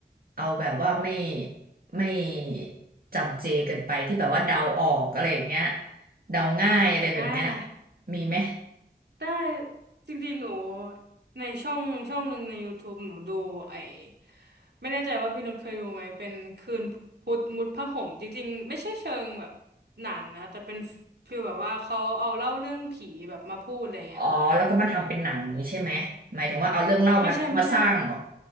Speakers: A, on the right; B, on the right.
A: เอาแบบว่าไม่ไม่จำเจเกันไปที่แบบว่าเดาออกอะไรอย่างเงี้ยเดาง่ายอะไรแบบเนี้ย
B: อ่า
A: มีไหม
B: ได้จริงๆหนูในช่องช่องหนึ่งในยูทูบ e หนูดูไอ้ไม่แน่ใจว่าพี่นุชเคยดูไหมเป็นคืนพุธมุดผ้าห่มจริงๆไม่ใช่เชิงแบบหนังนะแต่เป็นฟีลแบบว่าเขาเอาเล่าเรื่องผีแบบมาพูดอะไรอย่างเงี้ยค่ะ
A: อ๋อแล้วก็มาทำเป็นหนังนี้ใช่ไหมหมายถึงว่าเอาเรื่องเล่ามามาสร้างเหรอ
B: ไม่ใช่ไม่ใช่